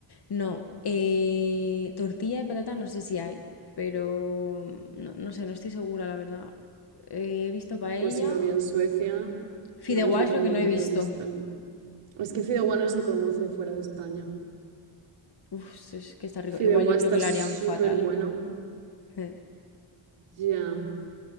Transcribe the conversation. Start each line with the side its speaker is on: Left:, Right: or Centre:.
Left: No. eh, tortilla de patata no sé si hay, pero no, no sé, no estoy segura, la verdad. Eh, he visto paella.
Right: Pues si lo vi en Suecia,
Left: Fideuá
Right: no me sorprendería
Left: es lo que no he visto.
Right: que lo hubiese también. Es que fideuá no se conoce fuera de España.
Left: Uf, sí, es que está rico.
Right: Fideuá
Left: Igual yo
Right: está
Left: creo que lo
Right: súper
Left: harían fatal.
Right: bueno.
Left: Eh,
Right: Ya.